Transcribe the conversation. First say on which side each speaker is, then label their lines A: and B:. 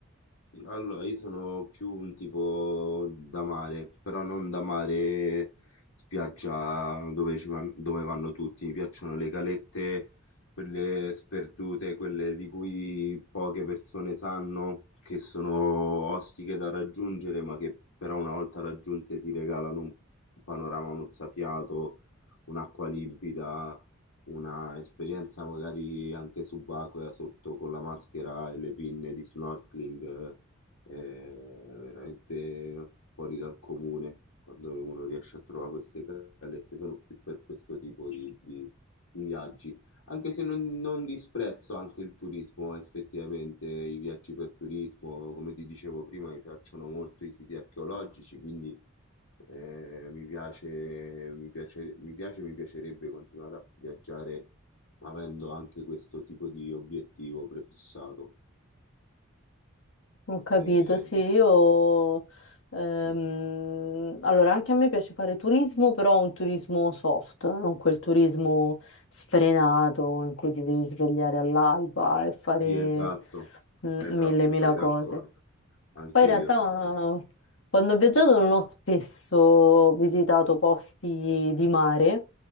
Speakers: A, on the left; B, on the left.
A: Sì, Allora, io sono più un tipo da mare, però non da mare spiaggia dove, ci van- dove vanno tutti. Mi piacciono le calette, quelle sperdute, quelle di cui poche persone sanno, che sono ostiche da raggiungere, ma che però una volta raggiunte ti regalano un panorama mozzafiato, un'acqua limpida, una esperienza magari anche subacquea sotto con la maschera e le pinne di snorkeling. eh, è veramente fuori dal comune quando uno riesce a trovare queste callette, sono più per questo tipo di, di- di viaggi. Anche se non, non disprezzo anche il turismo, effettivamente, i viaggi per turismo, come ti dicevo prima, mi piacciono molto i siti archeologici, quindi eh, mi piace, mi piace, mi piace, mi piacerebbe continuare a viaggiare avendo anche questo tipo di obiettivo prefissato.
B: Ho capito,
A: Eh,
B: sì, io... ehm,
A: sì.
B: allora, anche a me piace fare turismo, però un turismo soft, non quel turismo sfrenato in cui ti devi svegliare all'alba e fare
A: Sì, esatto,
B: mm,
A: esatto,
B: mille, mille
A: mi trovi d'accordo.
B: cose.
A: Anche
B: Poi in
A: io
B: realtà
A: sono...
B: quando ho viaggiato non ho spesso visitato posti di mare.